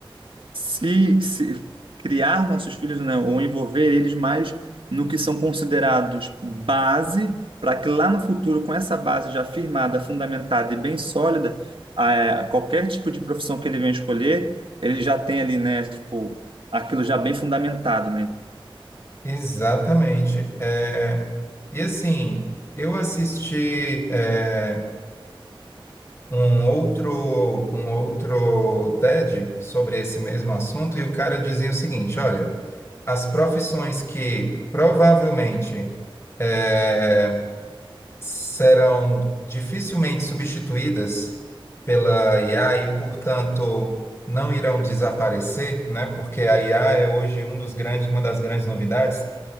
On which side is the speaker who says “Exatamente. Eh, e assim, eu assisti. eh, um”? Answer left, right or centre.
Left